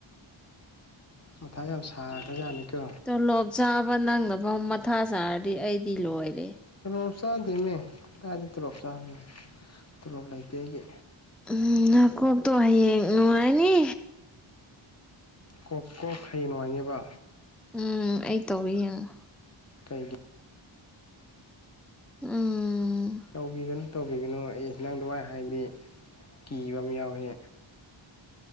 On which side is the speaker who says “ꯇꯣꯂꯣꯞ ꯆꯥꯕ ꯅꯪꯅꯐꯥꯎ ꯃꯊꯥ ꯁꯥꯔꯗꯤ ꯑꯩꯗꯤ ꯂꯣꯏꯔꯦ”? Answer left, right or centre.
Centre